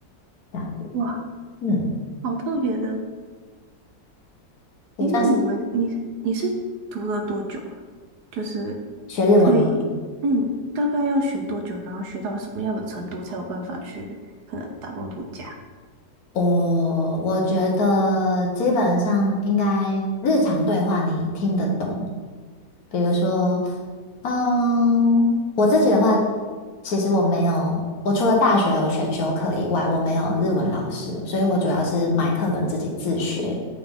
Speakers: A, on the left; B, on the right.
A: 这样子。
B: 哇，
A: 嗯，
B: 好特别的！
A: 对，
B: 诶，
A: 算是
B: 那你们你是你是读了多久啊？就是
A: 学日文吗？
B: 可以，嗯，大概要学多久，然后学到什么样的程度才有办法去可能打工度假？
A: 我我觉得基本上应该日常对话你听得懂，比如说，嗯，我自己的话，其实我没有，我除了大学有选修课以外，我没有日文老师，所以我主要是买课本自己自学，